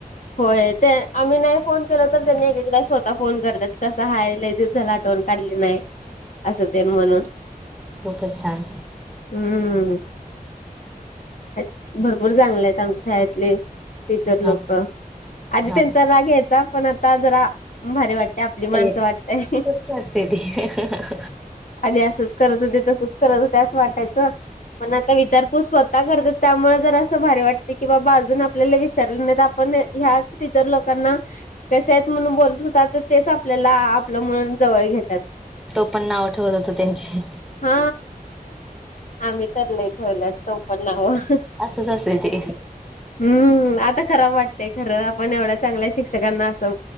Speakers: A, on the left (about 55°); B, in the centre.
A: होय. ते आम्ही नाही फोन केला तर, त्यांनी एक-एकदा स्वतः फोन करतात. कसं आहे? लई दिवस झाले, आठवण काढली नाही. असं तेन, म्हणून.
B: खूपच छान
A: हम्. <unintelligible> भरपूर चांगले आहेत. आमच्या शाळेतले, टीचर लोकं.
B: हा
A: आधी
B: हा
A: त्यांचा राग यायचा, पण आता जरा भारी वाटतंय. आपली
B: आता
A: माणसं,
B: येत
A: वाटतंय.
B: तच असते ती हो
A: आधी असंच करत होते, तसंच करत होते. असं वाटायचं. पण आता विचारपूत स्वतः करतात. त्यामुळे जरा असं भारी वाटते की, बाबा अजून आपल्याला विसरले नाहीत. आप पण ह्याच टीचर लोकांना, कसे आहेत म्हणून बोलत होतात. तेच आपल्याला, आपलं म्हणून जवळ घेतात.
B: टोपण नावं ठेवत होतो, त्यांची.
A: हा.. आम्ही तर, लई ठेवलेत टोपण नावं.
B: असंच, असतंय ते.
A: हम्म्... आता खराब वाटतंय खरं, आपण एवढ्या चांगल्या शिक शिक्षकांना असं